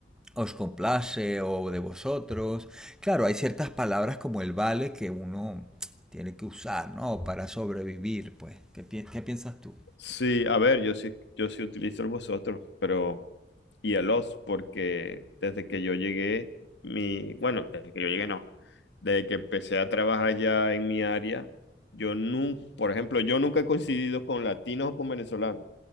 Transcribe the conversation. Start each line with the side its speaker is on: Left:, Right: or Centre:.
Centre: os complace o de vosotros. Claro, hay ciertas palabras como el vale que uno tiene que usar, ¿no? Para sobrevivir, pues. ¿Qué, pi- qué piensas tú?
Left: Sí, a ver, yo sí, yo sí utilizo el vosotros, pero y el os, porque desde que yo llegué, mi, bueno, desde que yo llegué no, desde que empecé a trabajar ya en mi área, yo nunca, por ejemplo, yo nunca he coincidido con latinos o con venezolanos,